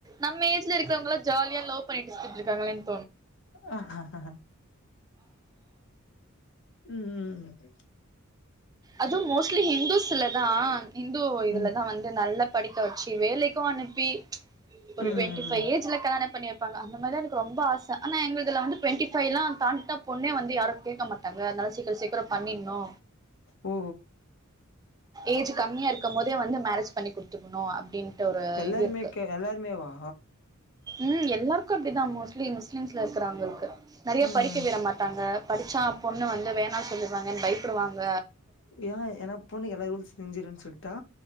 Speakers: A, on the right (about 20°); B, on the left (about 60°).
A: நம்ம எஜ் வீட்ல இருக்கிறவங்கள ஜாலியால்லாம் லவ் பண்ணிட்டு செஞ்சி இருக்காங்களேன்
B: ஆஹ் உம் உம் <inaudible>
A: அதுவும் மோஸ்ட்லி ஹிந்துஸ்லதான் இந்து இதுலதான்
B: ம்
A: வந்து நல்லா படிக்க வச்சு வேலைக்கும் அனுப்பி ஒரு
B: ம்
A: டுவெண்ட்டி
B: ம்
A: பைவ் ஏஜ்ல கல்யாணம் பண்ணி வைப் அந்த மாதிரி எனக்கு ரொம்ப ஆசை ஆனா எங்கலாதுலா வந்து டுவெண்ட்டி பைவ்லா தாண்டிட்டா பொண்ணே வந்துயாரும் கேக்கமா தங்குறாத இருந்தாலும் சீக்கிரம் சீக்கிரம் பண்ணிட்ணு
B: ஓ
A: ஏஜ் கம்மியா இருக்கும் போதே வந்து மேரேஜ் பண்ணி குடுத்துணு நோ அப்டின் ட ஒரு
B: எல்லாருமே
A: இது இருக்கு
B: க எல்லாருமேவா
A: உம் எல்லார்க்கோ அப்டிதா மோஸ்லி கின்ஸ்ல இருக்கிறவுங்களுக்கு நெறைய
B: ம்
A: படிக்க விட மாட்டாங்க படிச்சா பொண்ணு வந்து வேணானு சொல்லிர்வாங்கன்னு பயப்பிடுவாங்க
B: ஏ ஏன்னா பொண்ணுக்கு எல்லா ரூல்ஸ் தெரிஞ்சிருன்னு சொல்டா